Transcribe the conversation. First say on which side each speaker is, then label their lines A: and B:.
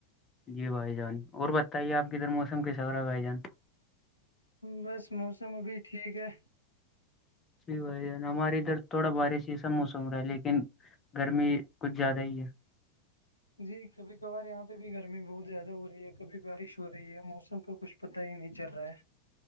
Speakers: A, on the left; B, on the left.
A: جی بھائی جان اور بتائیے آپ ک ادھر موسم کسا ہو رہا ہے بھائی جان
B: بس موسم ابھی ٹھیک ہے
A: جی بھائی جان ہمارے ادھر تھوڑا بارش ہی سا موسم رہا ہے لیکن گرمی کچھ زیادہ ہی ہے
B: جی کبھی کبھار یہاں پہ بھی گرمی بہت زیادہ ہو رہی ہے کبھی بارش ہو رہی ہے موسم کا کچھ پت ہی نہیں چل رہا ہے